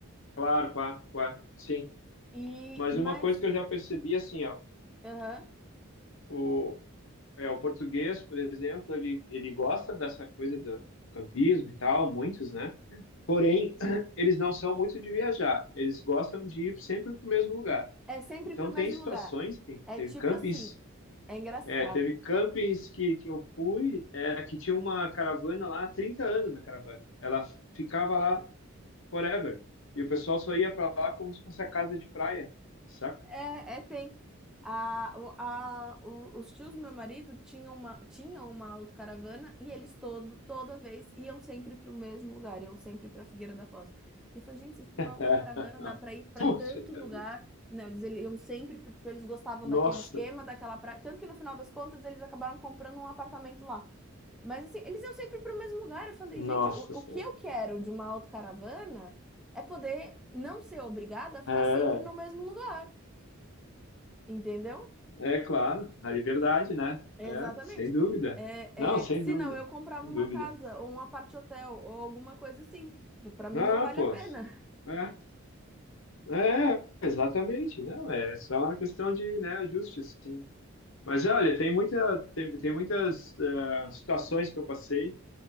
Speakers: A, on the left (about 60°); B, in the centre.
A: Claro, claro, claro, sim.
B: E
A: Mas
B: mas
A: uma coisa que eu já percebi, assim,
B: aham,
A: ó, É, o português, por exemplo, ele, ele gosta dessa coisa do, do campismo e tal, muitos, né? Porém, <clears throat> eles não são muito de viajar, eles gostam de ir sempre para o mesmo lugar.
B: é sempre
A: Então,
B: pro
A: tem
B: mesmo
A: situações,
B: lugar.
A: tem,
B: É
A: teve
B: tipo
A: campings,
B: assim, é engraçado.
A: é, teve campings que, que eu fui, é, que tinha uma caravana lá há 30 anos na caravana. Ela ficava lá forever. E o pessoal só ia para lá como se fosse a casa de praia, saca?
B: É, é, tem. A, o- a, o- os tios do meu marido tinham uma, tinham uma autocaravana e eles todo, toda vez iam sempre para o mesmo lugar, iam sempre para Figueira da Foz. E eu falei, gente, vocês têm uma
A: <laughs>
B: autocaravana, dá para ir para
A: Puxa
B: tanto lugar.
A: vida.
B: Não, eles ele- iam sempre, porque eles gostavam
A: Nossa,
B: daquele esquema, daquela praia. Tanto que no final das contas eles acabaram comprando um apartamento lá. Mas assim, eles iam sempre para o mesmo lugar. Eu falei,
A: nossa
B: gente, o, o
A: senhora.
B: que eu quero de uma autocaravana é poder não ser obrigada a ficar
A: É,
B: sempre no mesmo lugar. Entendeu?
A: é claro, a liberdade, né?
B: Exatamente.
A: É, sem dúvida.
B: É,
A: Não, sem
B: é, se
A: dúvida,
B: não, eu comprava
A: sem
B: uma
A: dúvida.
B: casa ou um apart hotel ou alguma coisa assim. Pra mim
A: Ah,
B: não vale
A: pô,
B: a pena.
A: é, é, exatamente, não, é só uma questão de, né, ajuste, sim. Mas
B: <laughs> Sim.
A: olha, tem muita, tem, tem muitas eh, situações que eu passei